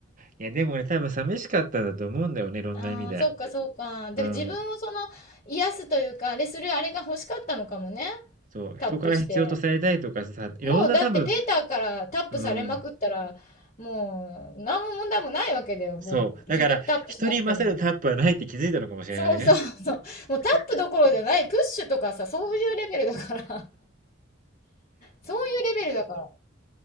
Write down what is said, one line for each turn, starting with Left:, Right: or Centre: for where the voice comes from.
Right: いや、でもね、多分寂しかったんだと思うんだよね、いろんな意味で。
Left: ああ、そっかそっか。だから自分をその癒すというか、
Right: うん。
Left: あれするあれが欲しかったのかもね。
Right: そう、
Left: タップして。
Right: 人から必要とされたいとかさ、いろんな多分、
Left: もうだってペーターからタップされまくったら、
Right: うん。
Left: もう何も問題もないわけだよ。もう自分でタップしなくても。
Right: そう。だから、人に勝るタップはないって気づいたのかもしれないね。
Left: そうそうそう。もうタップどころじゃない、プッシュとかさ、そういうレベルだから。そういうレベルだから。